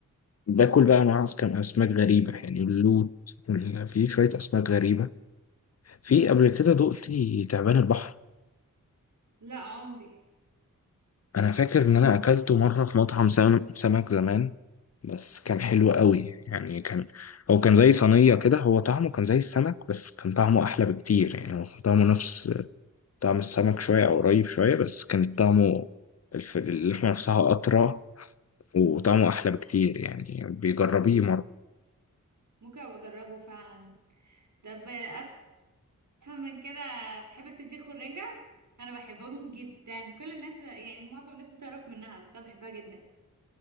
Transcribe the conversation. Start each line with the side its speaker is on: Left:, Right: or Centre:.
Left: باكل بقى مع كان أسماك غريبة يعني اللوت وال- في شوية أسماك غريبة في قبل كده دقت تعبان البحر
Right: لا عمري
Left: أنا فاكر إن أنا أكلته مرة في مطعم سم- سمك زمان بس كان حلو قوي يعني كان هو كان زي صينية كده هو طعمه كان زي السمك بس كان طعمه أحلى بكتير يعني هو كان طعمه نفس طعم السمك شوية أو قريب شوية بس كان طعمه الف- اللحمة نفسها أطرى وطعمه أحلى بكتير يعني بيجربيه مرة
Right: ممكن ابقى اجربه فعلا طب افهم من كده بتحب الفسيخ والرنجة انا بحبهم جدا كل الناس يعني معظم الناس بتعرف منها بس انا بحبها جدا